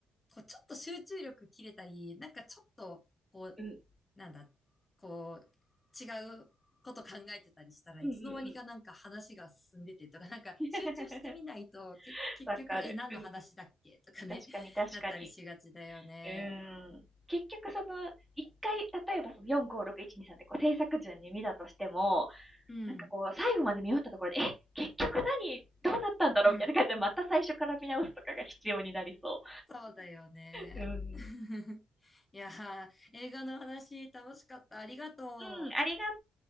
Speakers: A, on the left; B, in the centre.
A: こう、ちょっと集中力切れたり、なんかちょっと、こう、
B: うん、
A: なんだ、こう、違うこと考えてたりしたらいつの間にかなんか話が進んでてとか、
B: うん、うん、<laughs> うん。
A: なんか集中してみないと、
B: <laughs>
A: け、結局、
B: わかる。
A: え、何の話だっけとかね、
B: うんうん。確かに、確かに。
A: なったりしがちだよね。
B: うん。結局、その、一回、例えばその4、5、6、1、2、3ってこう制作順に見たとしても、
A: うん、
B: なんかこう、最後まで見終わったところで、え結局何どうなったんだろうみたいな感じで、
A: うん、
B: また最初から見直すとかが必要になりそ
A: そうだよね。
B: う。<laughs> うん。
A: <laughs> いやー、映画の話楽しかった。ありがとう。
B: うん、ありが